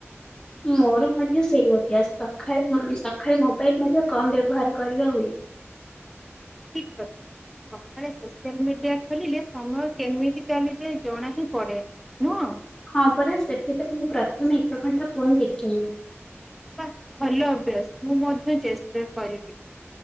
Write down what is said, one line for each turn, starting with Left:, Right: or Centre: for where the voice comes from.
Left: ମୋର ମଧ୍ୟ ସେଇ ଅଭ୍ୟାସ ସକାଳେ ସକାଳେ ମୋବାଇଲ ମଧ୍ୟ କମ ବ୍ୟବହାର କରିବା ହୁଏ।
Centre: ଠିକ କଥା ସକାଳେ ସୋସିଆଲ ମିଡିଆ। ଖୋଲିଲେ ସମୟ କେମିତି ଚାଲିଯାଏ ଜଣା ହିଁ ପଡେନି ନୁହଁ।
Left: ହଁ ପରା ସେଥିପାଇଁ ମୁଁ ପ୍ରଥମେ ଏକ ଘଣ୍ଟା ଫୋନ୍ ଦେଖିନି।
Centre: ବା ଭଲ ଅଭ୍ୟାସ ମୁଁ ମଧ୍ୟ ଚେଷ୍ଟା କରିବି।